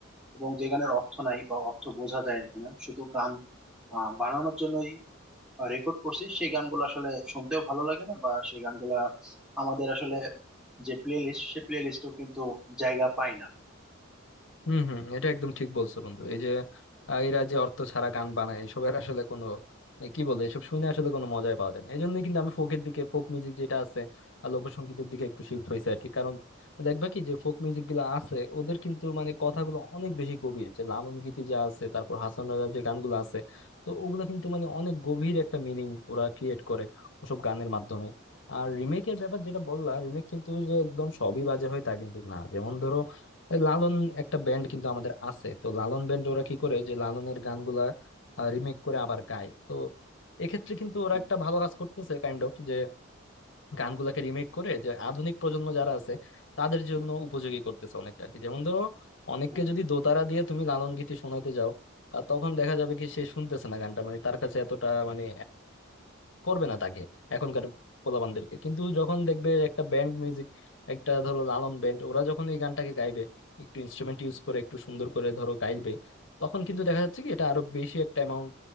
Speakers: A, in the centre; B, on the left.
A: এবং যে গানের অর্থ নাই বা অর্থ বোঝা যায় না শুধু গান আহ, বানানোর জন্যই রেকর্ড করছে সেই গানগুলো আসলে শুনতেও ভালো লাগে না বা সেই গানগুলা আমাদের আসলে যে প্লে লিস্ট সেই প্লে লিস্টেও কিন্তু জায়গা পায় না
B: হম হম এটা একদম ঠিক বলছো বন্ধু এই যে আহ, এরা যে অর্থ ছাড়া গান বানায় এসবের আসলে কোনো মানে কি বলবো এসব শুনে আসলে কোনো মজাই পাওয়া যায় না এই জন্যই কিন্তু আমি ফোকের দিকে ফোক মিউজিক যেটা আছে আর লোকসঙ্গীতের দিকে একটু শিফট হয়েছে আর কি কারণ দেখবা কি যে ফোক মিউজিক গুলো আছে ওদের কিন্তু মানে কথাগুলো অনেক বেশি গভীর যে লালন গীতি যা আছে তারপর হাসান রাজার যে গানগুলো আছে তো ওগুলো কিন্তু মানে অনেক গভীর একটা মিনিং ওরা ক্রিয়েট করে ওসব গানের মাধ্যমে আর রিমেকের ব্যাপার যেটা বললা রিমেক কিন্তু যে একদম সবই বাজে হয় তা কিন্তু না যেমন ধরো এই লালন একটা ব্যান্ড কিন্তু আমাদের আছে তো লালন ব্যান্ড ওরা কি করে যে লালনের গানগুলা রিমেক করে আবার গায় তো এক্ষেত্রে কিন্তু ওরা
A: হুম,
B: একটা ভালো কাজ করতেছে কাইন্ড অফ যে গানগুলাকে রিমেক করে যে আধুনিক প্রজন্ম যারা আছে তাদের জন্য উপযোগী করতেছে অনেকটা আর কি যেমন ধরো অনেককে
A: হুম।
B: যদি দোতারা দিয়ে তুমি লালন গীতি শোনাতে যাও আহ, তখন দেখা যাবে কি সে শুনতেছে না গানটা মানে তার কাছে এতটা মানে করবে না তাকে এখনকার পোলাপানদেরকে কিন্তু যখন দেখবে একটা ব্যান্ড মিউজিক একটা ধরো লালন ব্যান্ড ওরা যখন এই গানটাকে গাইবে একটু ইনস্ট্রুমেন্ট ইউজ করে একটু সুন্দর করে ধরো গাইবে তখন কিন্তু দেখা যাচ্ছে কি এটা আরো বেশি একটা অ্যামাউন্ট